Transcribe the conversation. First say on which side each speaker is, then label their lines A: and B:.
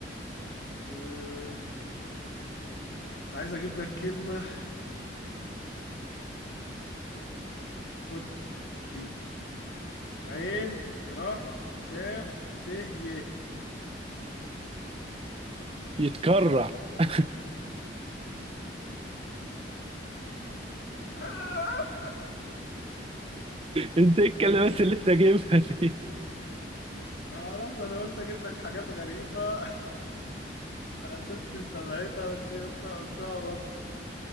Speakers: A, on the left; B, on the right.
A: أه... عايز اجيب لك كلمة خد دي عين ر كاف ت ي
B: يتكرع <laughs>
A: آه،
B: انت ايه الكلمات اللي انت جايبها دي
A: معرفش انا قلت اجيب لك حاجات غريبة <laughs> على اساس تستبعدها بس هي قلت قلتها برضه